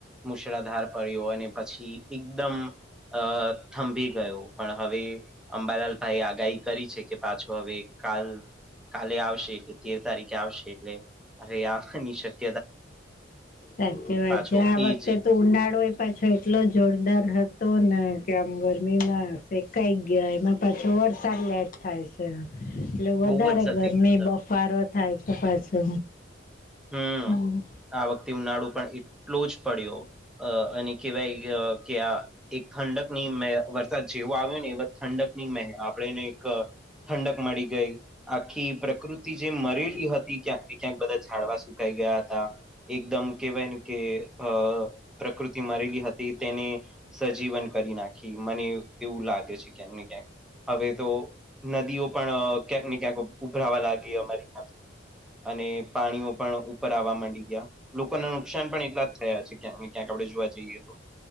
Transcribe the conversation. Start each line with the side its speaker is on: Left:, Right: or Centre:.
Centre: મુશળાધાર પડ્યો હોય અને પછી એકદમ અ થંભી ગયો પણ હવે અંબાલાલ ભાઈ આગાહી કરી છે કે પાછો હવે કાલ કાલે આવશે એ તેર તારીખે આવશે એટલે હવે આવવા ની શક
Left: સાચી વાત
Centre: પાછો
Left: છે આ વખતે
Centre: એજ
Left: તો ઉનાળોય પાછો એટલો જોરદાર હતો ને કે આમ ગરમીમાં શેકાઈ ગયા એમાં પાછો વરસાદ લેટ થાય છે. એટલે વધારે
Centre: બહુ જ સત્ય
Left: ગરમી
Centre: કીધું તમે
Left: બફારો થાય છે પાછો.
Centre: હમ
Left: <unintelligible>
Centre: આ વખતે ઉનાળો પણ એટલો જ પડ્યો. અ અને કેવાય કે આ એક ખંડક ની મેં વરસાદ જેવો આવ્યો ને એ <unintelligible> ઠંડક ની મે આપણે નહિ ક ઠંડક મળી ગઈ, આખી પ્રકૃતિ જે મરેલી હતી ક્યાંક ને ક્યાંક કદાચ ઝાડવા સુકાઈ ગયા હતા એકદમ કેવાયને કે અ પ્રકૃતિ મરેલી હતી તેને સજીવન કરી નાખી મને એ એવું લાગે છે ક્યાંક ને ક્યાંક હવે તો નદીઓ પણ ક્યાંક ને ક્યાંક ઉભરાવા લાગી અમારે <unintelligible> અને પાણીઓ પણ ઉપર આવવા મંડી ગ્યા. લોકો ના નુકસાન પણ એટલા જ થયા છે ક ને ક્યાંક આપડણે જોવા જઈએ તો.